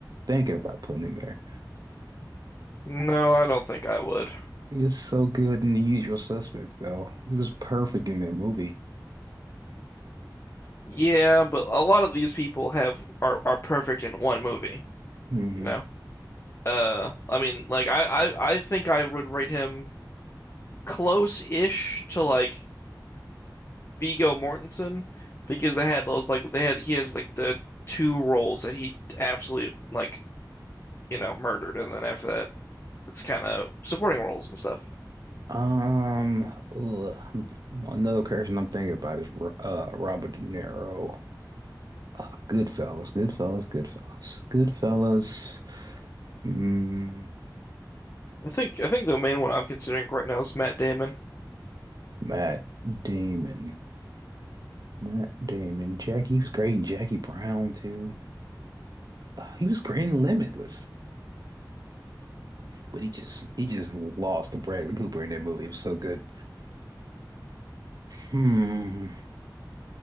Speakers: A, on the right; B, on the left.
A: Thinking about putting him there.
B: No, I don't think I would.
A: It's so good in The Usual Suspects, though. It was perfect in that movie.
B: Yeah, but a lot of these people have are are perfect in one movie,
A: hmm
B: you know? Uh, I mean, like I I, I think I would rate him close-ish to like Viggo Mortensen because they had those like they had he has like the two roles that he absolutely like, you know, murdered and then after that it's kind of supporting roles and stuff.
A: Um, ugh, another person I'm thinking about is Ro- uh Robert De Niro. Uh, Goodfellas, Goodfellas, Goodfellas, Goodfellas. Mm,
B: I think I think the main one I'm considering right now is Matt Damon.
A: Matt Damon, Matt Damon. Jack, he was great in Jackie Brown too. Uh, he was great in Limitless, but he just he just lost to Bradley Cooper in that movie. It was so good. Hmm.